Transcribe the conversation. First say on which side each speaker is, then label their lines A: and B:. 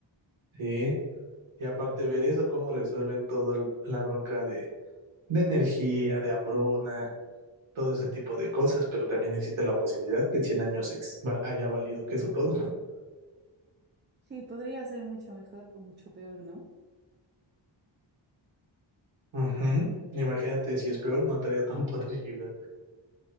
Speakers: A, on the right; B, on the right.
A: Sí. Y aparte ver eso, cómo resuelven toda la bronca de, de energía, de hambruna, todo ese tipo de cosas, pero también existe la posibilidad que en 100 años ex- va- haya valido que eso todo. <laughs>
B: Sí, podría ser mucho mejor o mucho peor, ¿no?
A: Uh -huh. Imagínate, si es peor, no estaría tan padre llegar.